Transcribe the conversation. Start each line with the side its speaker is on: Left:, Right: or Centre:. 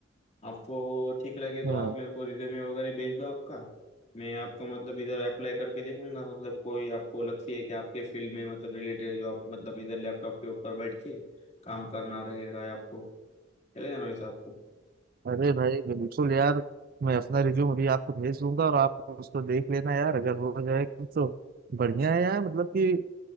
Left: आपको ठीक लगे तो
Right: हाँ
Left: आप मेरे को रिज्यूमे वगैरह भेज दो आपका मैं आपको मतलब इधर अप्लाई करके देखूंगा मतलब कोई आपको लगती है कि आपके फील्ड में मतलब रिलेटेड जो आप मतलब इधर लैपटॉप के ऊपर बैठ के काम करना रहेगा या आपको चलेगा ना वैसे आपको
Right: अरे भाई बिल्कुल यार मैं अपना रिज्यूम अभी आपको भेज दूंगा और आप उसको देख लेना यार अगर हो जाए तो बढ़िया है यार मतलब कि